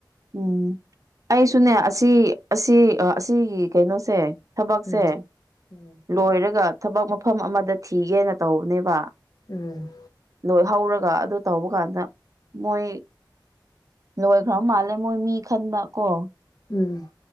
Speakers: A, on the right; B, on the left.
A: ꯎꯝ ꯑꯩꯁꯨꯅꯦ ꯑꯁꯤ ꯑꯁꯤ ꯑꯁꯤꯒꯤ ꯀꯩꯅꯣꯁꯦ ꯊꯕꯛꯁꯦ
B: ꯎꯝ ꯎꯝ
A: ꯂꯣꯏꯔꯒ ꯊꯕꯛ ꯃꯐꯝ ꯑꯃꯗ ꯊꯤꯒꯦꯅ ꯇꯧꯕꯅꯦꯕ
B: ꯎꯝ
A: ꯂꯣꯏ ꯍꯧꯔꯒ ꯑꯗꯨ ꯇꯧꯕ ꯀꯥꯟꯗ ꯃꯣꯏ ꯂꯣꯏꯈ꯭ꯔ ꯃꯥꯜꯂꯦ ꯑ ꯃꯣꯏ ꯃꯤ ꯈꯟꯕ ꯀꯣ
B: ꯎꯝ